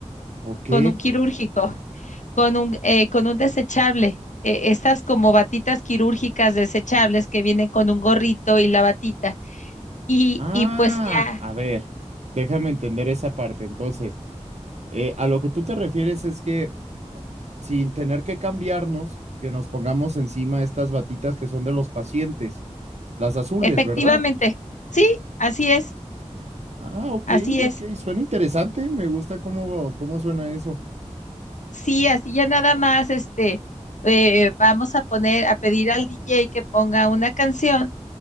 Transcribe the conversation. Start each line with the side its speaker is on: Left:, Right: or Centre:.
Right: Ok.
Left: con un quirúrgico, con un, eh, con un desechable. eh, estas como batitas quirúrgicas desechables que vienen con un gorrito y la batita. Y,
Right: Ah,
Left: y pues ya.
Right: a ver, déjame entender esa parte. Entonces, eh, a lo que tú te refieres es que sin tener que cambiarnos, que nos pongamos encima estas batitas que son de los pacientes, las azules,
Left: Efectivamente,
Right: ¿verdad?
Left: sí, así es,
Right: Ah, ok,
Left: así es.
Right: ok. Suena interesante. Me gusta cómo, cómo suena eso.
Left: Sí, así ya nada más, este, eh, vamos a poner, a pedir al DJ que ponga una canción